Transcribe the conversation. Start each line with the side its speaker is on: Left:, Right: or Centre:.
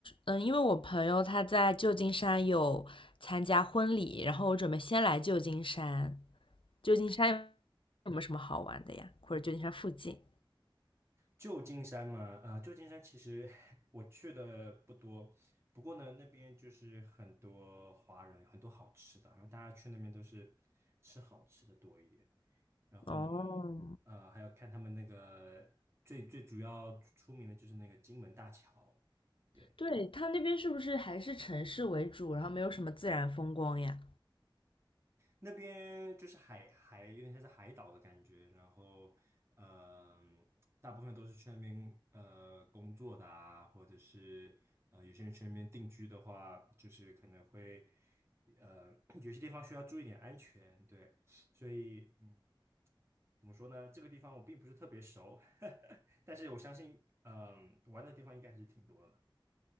Left: 嗯，因为我朋友他在旧金山有参加婚礼，然后我准备先来旧金山。旧金山有没有什么好玩的呀？或者旧金山附近？
Right: 旧金山嘛，啊、旧金山其实 <laughs> 我去的不多，不过呢，那边就是很多华人，很多好吃的，然后大家去那边都是吃好吃的多一点。然后呢，
Left: 哦，
Right: 呃，还要看他们那个最最主要出名的就是那个金门大桥，对，
Left: 对，他那边是不是还是城市为主，然后没有什么自然风光呀？
Right: 那边就是海海有点像是海岛的感觉，然后嗯、大部分都是去那边呃工作的啊，或者是呃有些人去那边定居的话，就是可能会呃 <coughs> <clears throat> 有些地方需要注意点安全，对，所以。嗯。怎么说呢？这个地方我并不是特别熟，<laughs> 但是我相信，嗯，玩的地方应该还是挺多的。